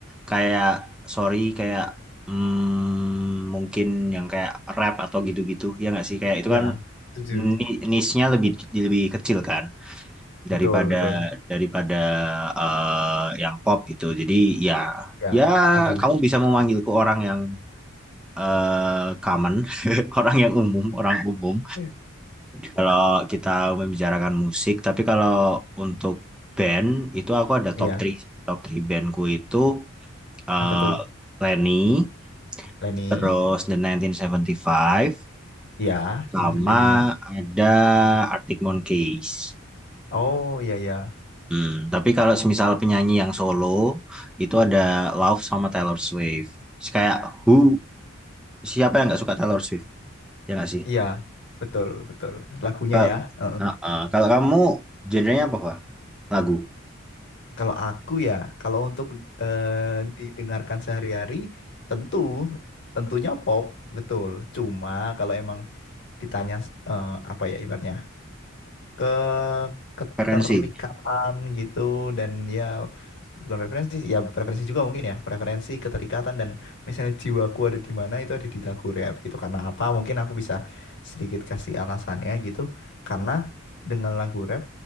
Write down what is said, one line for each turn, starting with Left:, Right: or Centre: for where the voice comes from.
Centre: kayak sorry kayak mm, mungkin yang kayak rap atau gitu-gitu ya nggak sih kayak itu
Left: Iya,
Centre: kan
Left: setuju.
Centre: ni- niche-nya lebih lebih kecil kan
Left: Betul,
Centre: daripada
Left: betul.
Centre: daripada eh, yang pop gitu. Jadi ya
Left: Ya,
Centre: ya
Left: setuju.
Centre: kamu bisa memanggilku orang yang eh, common, <laughs> orang yang umum, orang umum.
Left: <laughs>
Centre: Kalau kita membicarakan musik, tapi kalau untuk band itu aku ada top
Left: Iya,
Centre: 3 top 3 bandku itu eh,
Left: apa tuh,
Centre: Lenny,
Left: Leni?
Centre: terus The 1975
Left: Ya,
Centre: sama
Left: lima.
Centre: ada Arctic Monkeys.
Left: Oh, iya ya.
Centre: Hmm, tapi kalau semisal penyanyi yang solo itu ada Love sama Taylor Swift. Kayak who siapa yang nggak suka Taylor Swift? Ya nggak sih?
Left: Iya, betul, betul. Lagunya
Centre: Kalau
Left: ya. Heeh.
Centre: Heeh, kalau kamu genrenya apa, Pak? Lagu,
Left: Kalau aku ya, kalau untuk eh, didengarkan sehari-hari, tentu, tentunya pop, betul. Cuma kalau emang ditanya eh, apa ya ibaratnya ke keterikatan
Centre: preferensi.
Left: gitu dan ya bukan preferensi sih, ya preferensi juga mungkin ya preferensi keterikatan dan misalnya jiwaku ada di mana itu ada di lagu rap gitu karena apa mungkin aku bisa sedikit kasih alasannya gitu karena dengan lagu rap